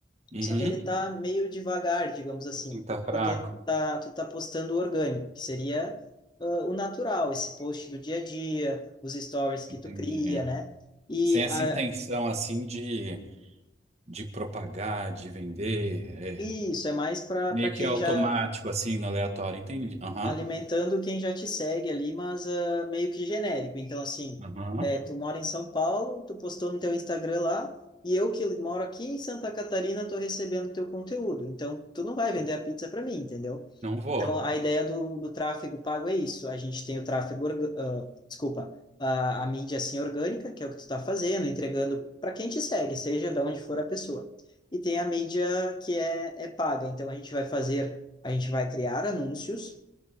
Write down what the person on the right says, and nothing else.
Uhum.
Sim, tá fraco.
Entendi.
Sem essa
intenção, assim, de, de propagar, de vender. é
meio
que automático,
assim, no aleatório. Entendi. Aham.
Aham.
Não vou.